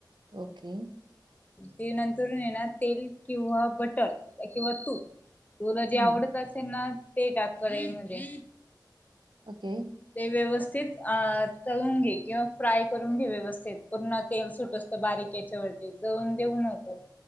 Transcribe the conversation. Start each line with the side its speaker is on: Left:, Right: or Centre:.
Right: ओके.
Left: ते नंतरुन येणार तेल किंवा बटर किंवा तूप तुला जे
Right: हम्म
Left: आवडत असेल ना ते टाक कडई मध्ये.
Right: ओके.
Left: व्यवस्थित तळून घे किंवा फ्राय करून घे व्यवस्थित पूर्ण तेल सुट असतं बारीक त्याच्या वरती जळून देऊ नको,